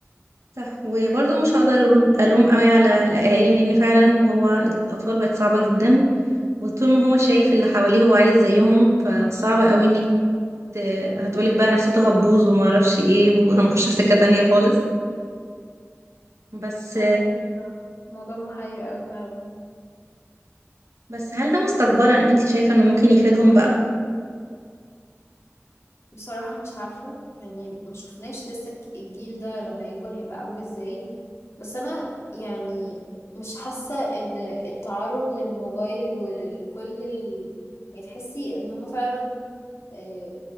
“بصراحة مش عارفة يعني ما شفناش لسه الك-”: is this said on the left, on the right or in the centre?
Left